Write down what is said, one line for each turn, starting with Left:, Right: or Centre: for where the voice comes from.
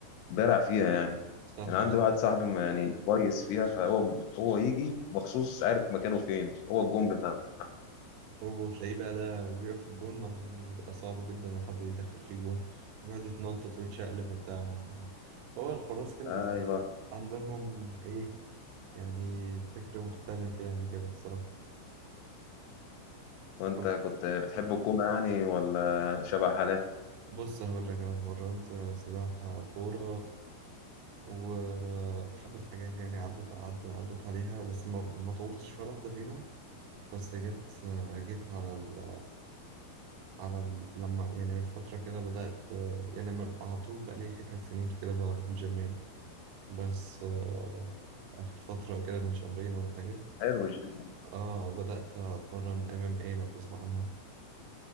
Left: بارع فيها يعني
Right: صح
Left: يعني عندي
Right: ده
Left: واحد صاحبي ما- يعني كويس فيها فهو هو يجي مخصوص عارف مكانه فين هو الجون بتاعه
Right: وتلاقيه بقى ده وبيقف في الجون ما يعني بيبقى صعب جدا ان حد يدخل فيه جون ويقعد يتنطط ويتشقلب وبتاع هو الحراس كده بيبقى
Left: ايوه
Right: عندهم ايه يعني فكر مختلف يعني كده بصراحة
Left: وانت
Right: طب
Left: كنت بتحب الكوره يعني ولا شبه حالاتي
Right: بص هقول لك أنا اتمرنت سباحة كورة وحبة حاجات يعني عدت عدت عدت عليها بس ما, ما طولتش في ولا واحدة فيهم بس جت جيت على ال... على ال... لما يعني من فترة كده بدأت يعني من- على طول بقى لي ثلاث سنين كده بروح الجيم يعني بس آه، آخر فترة كده من شهرين ولا حاجة
Left: حلو الجيم
Right: اه بدأت أتمرن ام ام اي لو تسمع عنها